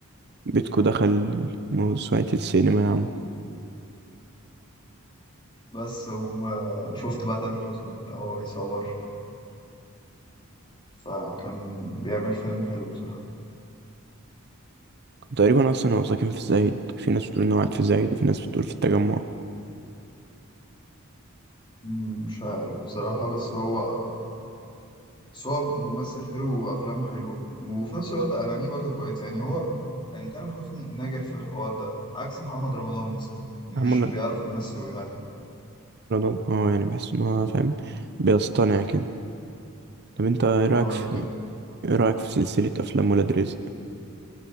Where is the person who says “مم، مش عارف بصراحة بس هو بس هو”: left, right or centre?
Left